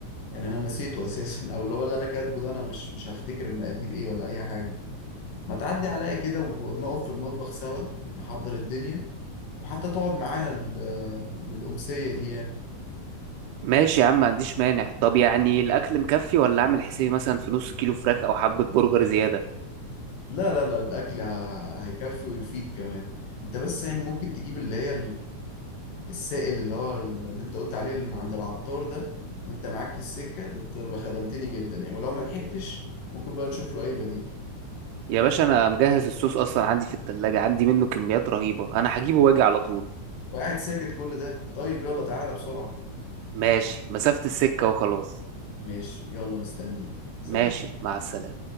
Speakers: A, on the left (about 85°); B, on the right (about 80°).
A: يعني انا نسيته اساسا <laughs> او اللي هو اللي انا كاتبه ده انا مش مش هفتكر المقادير ايه ولا اي حاجة ما تعدي عليا كده ونقف في المطبخ سوا نحضر الدنيا وحتى تقعد معانا لل- للأمسية دي يعني
B: ماشي يا عم ما عنديش مانع طب يعني الاكل مكفي ولا اعمل حسابي مثلا في نص كيلو فراخ او حبة برجر زيادة
A: لا لا لا الاكل ه- هيكفي ويفيد كمان انت بس يعني ممكن تجيب اللي هي السائل اللي هو اللي انت قلت عليه اللي من عند العطار ده وانت معاك في السكة ده تبقى خدمتني جدا يعني ولو ما لحقتش ممكن بقى نشوف له اي بديل
B: يا باشا انا مجهز الصوص اصلا عندي في التلاجة عندي منه كميات رهيبة انا هجيبه واجي على طول
A: وقاعد ساكت كل ده طيب يلا تعالى بسرعة
B: ماشي مسافة السكة وخلاص
A: ماشي يلا مستنيك سلام
B: ماشي مع السلامة